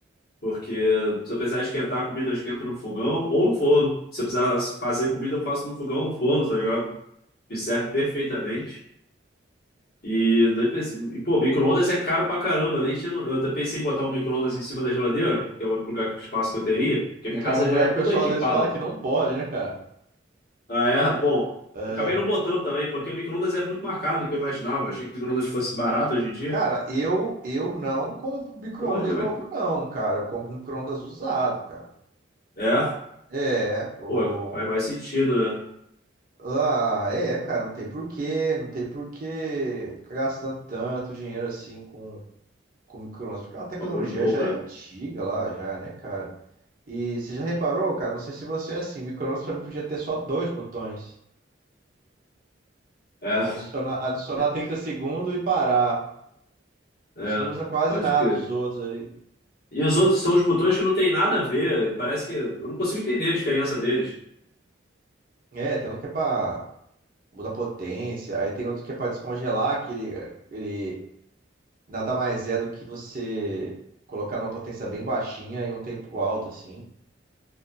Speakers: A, on the left (about 50°); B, on the right (about 45°).
A: Porque se eu precisar esquentar a comida, eu esquento no fogão ou no forno. Se eu precisar fazer comida, eu faço no fogão ou no forno, tá ligado? Me serve perfeitamente. E, nem preciso... e pô, micro-ondas é caro pra caramba. Eu, nem tinha... no- eu até pensei em botar um micro-ondas em cima da geladeira, que é o único lugar, espaço que eu teria. Porque minha
B: Que
A: casa
B: é um lugar
A: já é
B: que
A: toda
B: o pessoal
A: equipada.
B: às vezes fala que não pode, né, cara?
A: Ah, é? Bom,
B: É.
A: eu acabei não botando também, porque o micro-ondas é muito mais caro do que eu imaginava. Eu achei que o micro-ondas fosse barato hoje em dia.
B: Cara, eu, eu não compro micro-ondas
A: Pô, olha, mas-
B: novo, não, cara. Eu compro micro-ondas usado, cara.
A: é,
B: É, o...
A: pô, faz mais sentido, né?
B: Ah, é, cara, não tem porquê, não tem porquê ficar gastando tanto dinheiro assim com, com micro-ondas, porque a tecnologia
A: Bagulho novo,
B: já é
A: né?
B: antiga lá, já, né, cara? E você já reparou, cara? Não sei se você é assim, micro-ondas pra mim podia ter só dois botões.
A: É.
B: Adicionar, adicionar 30
A: <laughs>
B: segundos e parar. A
A: É,
B: gente não usa quase
A: pode
B: nada
A: que.
B: dos outros ali.
A: E os outros são os botões que não tem nada a ver. Parece que. Eu não consigo entender a diferença deles.
B: É, tem um que é pra mudar a potência, aí tem outro que é pra descongelar, que ele, eh, ele nada mais é do que você colocar numa potência bem baixinha em um tempo alto, assim.